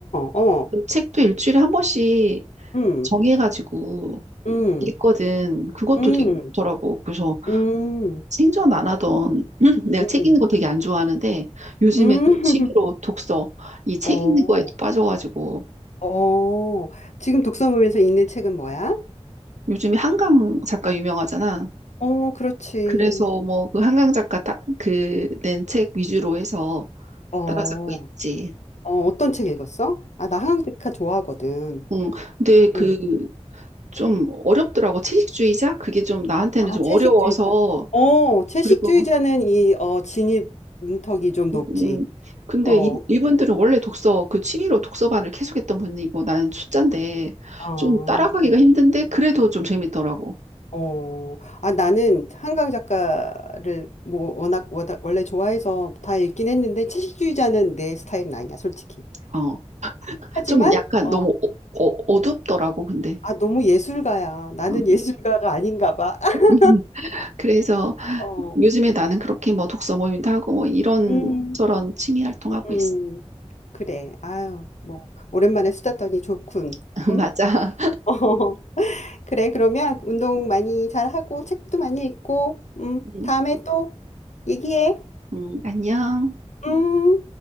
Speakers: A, on the left; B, on the right.
A: 어.
B: 책도 일주일에 한 번씩
A: 음.
B: 정해가지고
A: 음.
B: 있거든. 그것도
A: 음.
B: 되게 좋더라고. 그래서
A: 음.
B: 생전 안 하던 <clears throat> 내가
A: 음.
B: 책
A: 음.
B: 읽는 거 되게 안 좋아하는데 요즘에
A: <laughs>
B: 또 취미로 독서 이 책
A: 어.
B: 읽는 거에 또 빠져가지고
A: 어. 지금 독서모임에서 읽는 책은 뭐야?
B: 요즘에 한강 작가 유명하잖아.
A: 어, 그렇지.
B: 그래서 뭐 그 한강 작가 그낸 책 위주로 해서
A: 어.
B: 따라잡고 있지.
A: 어, 어떤 책 읽었어? 아, 나 한강리카 좋아하거든.
B: 응. 근데 그
A: 응.
B: 좀 어렵더라고. 채식주의자? 그게 좀 나한테는
A: 아,
B: 좀
A: 채식주의자.
B: 어려워서
A: 어, 채식주의자는
B: 그리고
A: 이 어, 진입 문턱이 좀 높지.
B: 음, 음. 근데
A: 어,
B: 이, 이분들은 원래 독서, 그 취미로 독서반을 계속했던 분이고 나는 초짜인데
A: 어,
B: 좀 따라가기가 힘든데 그래도 좀 재밌더라고.
A: 어. 아, 나는 한강 작가를 뭐 워낙, 워낙 원래 좋아해서 다 읽긴 했는데 채식주의자는 내 스타일은 아니야, 솔직히.
B: 어,
A: 하지만
B: 좀 약간
A: 어,
B: 너무 어, 어, 어둡더라고, 근데.
A: 아, 너무 예술가야. 나는
B: 음,
A: 예술가가 아닌가 봐. <laughs>
B: <laughs> 그래서
A: 어,
B: 요즘에 나는 그렇게 뭐 독서 모임도 하고 뭐 이런
A: 음,
B: 저런 취미 활동하고
A: 음.
B: 있어.
A: 그래. 아유, 뭐 오랜만에 수다 떠니 좋군.
B: <laughs>
A: 응?
B: 맞아.
A: <laughs> 그래, 그러면 운동 많이 잘하고 책도 많이 읽고, 음,
B: 음,
A: 다음에 또 얘기해.
B: 음, 안녕.
A: 음.